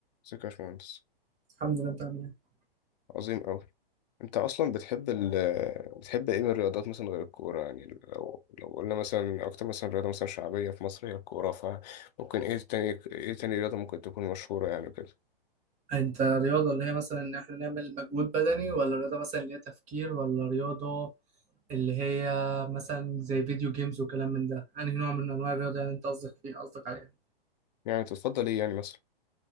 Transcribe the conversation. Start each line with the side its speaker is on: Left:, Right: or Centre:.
Left: ازيك يا باشمهندس
Right: الحمد لله انت عامل ايه
Left: عظيم أوي أنت أصلا بتحب ال بتحب إيه من الرياضات مثلا غير الكورة يعني لو لو قلنا مثلا أكتر مثلا رياضة مثلا شعبية في مصر هي الكورة فممكن إيه تاني إيه تاني رياضة ممكن تكون مشهورة يعني كده
Right: انت رياضة اللي هي مثلا ان احنا نعمل مجهود بدني ولا رياضة مثلا اللي هي تفكير ولا رياضة اللي هي مثلا زي فيديو جيمز وكلام من ده يعني نوع من انواع الرياضة يعني انت قصدك فيه قصدك عليها
Left: يعني تفضل إيه يعني مثلا